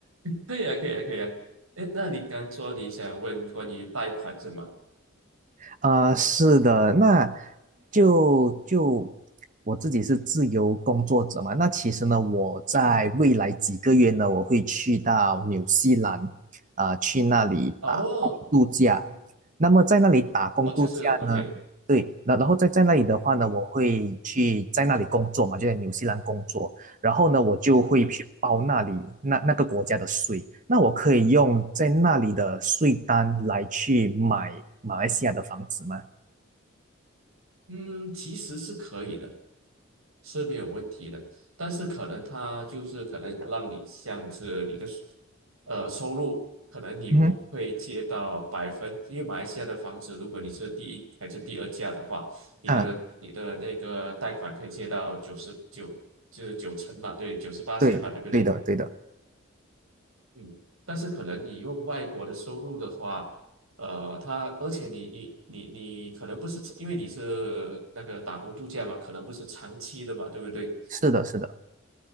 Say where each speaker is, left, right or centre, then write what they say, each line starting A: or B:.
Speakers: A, on the right; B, on the right.
A: 可以啊，可以啊，可以啊。哎，那你刚说你想问关于贷款是吗？
B: 啊，是的，那就就我自己是自由工作者嘛，那其实呢，我在未来几个月呢，
A: 嗯哼，
B: 我会去到纽西兰，啊、去那里打度假。
A: 哦，嗯哼，
B: 那么在那里打工度假呢？
A: 哦，就是 OK，
B: 对，那然后在在那里的话呢，
A: 嗯
B: 我会去在那里工作嘛，就在纽西兰工作。然后呢，我就会去报那里那那个国家的税。
A: 嗯哼，
B: 那我可以用在那里的税单来去买马来西亚的房子吗？
A: 嗯，其实是可以的。是没有问题的，但是可能它就是可能让你像是你的收呃收入，可能你不会借到百分，
B: 嗯哼，
A: 因为马来西亚的房子，如果你是第一还是第二价的话，你的你的那个贷款可以借到九十九就是九成嘛，
B: 啊，
A: 对，九十八千嘛，
B: 对，
A: 对不对？
B: 对的，对的，
A: 嗯，但是可能你用外国的收入的话，呃，他，而且你你你你可能不是因为你是那个打工度假嘛，可能不是长期的嘛，对不对？
B: 是的，是的。